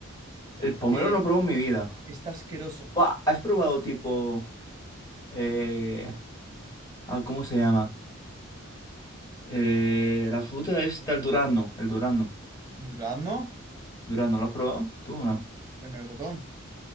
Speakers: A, on the left; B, on the right.
A: el pomelo
B: que
A: no lo probado en mi vida.
B: está asqueroso.
A: Buah, ¿has probado tipo... eh, ah, ¿cómo se llama? Eh, la fruta está el durazno, el durazno.
B: ¿Durazno?
A: Durazno, ¿lo has probado? ¿Tú o
B: Mm,
A: no?
B: El melocotón.